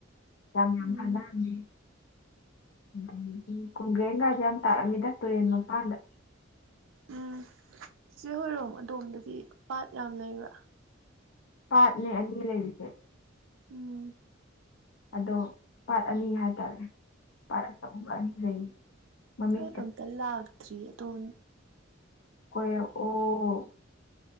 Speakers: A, on the left; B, on the right.
A: ꯌꯥꯝ ꯌꯥꯝ
B: ꯎꯝ
A: ꯐꯥꯅꯔꯝꯃꯦ ꯑꯗꯒꯤ ꯀꯣꯡꯒ꯭ꯔꯦꯡꯒꯁꯦ ꯌꯥꯝ ꯇꯥꯔꯝꯃꯤꯗ ꯇꯨꯔꯦꯟ ꯃꯄꯥꯟꯗ
B: ꯎꯝ ꯆꯤꯆꯦ ꯍꯣꯏꯔꯣꯝ ꯑꯗꯣꯝꯗꯗꯤ ꯄꯥꯠ ꯌꯥꯝ ꯂꯩꯕ꯭ꯔꯥ
A: ꯄꯥꯠꯅꯦ ꯑꯅꯤ ꯂꯩꯔꯤꯁꯦ
B: ꯎꯝ
A: ꯑꯗꯣ ꯄꯥꯠ ꯑꯅꯤ ꯍꯥꯏꯇꯥꯔꯦ ꯄꯥꯠ ꯑꯆꯧꯕ ꯑꯅꯤ ꯂꯩꯌꯦ ꯃꯃꯤꯡ
B: ꯑꯩ ꯑꯝꯇ ꯂꯥꯛꯇ꯭ꯔꯤ ꯑꯗꯣꯝ
A: ꯀꯈꯣꯏ ꯑꯣ